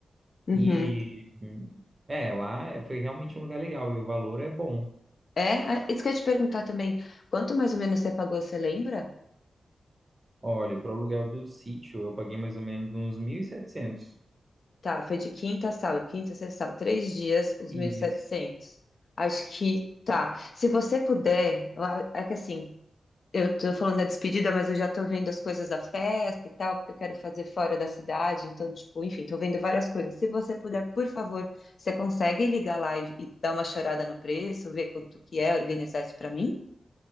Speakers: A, on the left; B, on the right.
A: uhum.
B: E hum, é, lá é, foi realmente um lugar legal e o valor é bom.
A: É, ah, isso que eu ia te perguntar também. Quanto mais ou menos você pagou, você lembra?
B: Olha, para o aluguel do sítio eu paguei mais ou menos uns 1.700.
A: Tá, foi de quinta a sábado, quinta, sexta, sábado, três dias, os
B: Isso.
A: mil e setecentos Acho que tá. Se você puder, eu a- é que assim, Eu tô falando da despedida, mas eu já tô vendo as coisas da festa e tal, porque eu quero fazer fora da cidade. Então, tipo, enfim, tô vendo várias coisas. Se você puder, por favor, você consegue ligar lá e, e dar uma chorada no preço, ver quanto que é, organizar isso pra mim?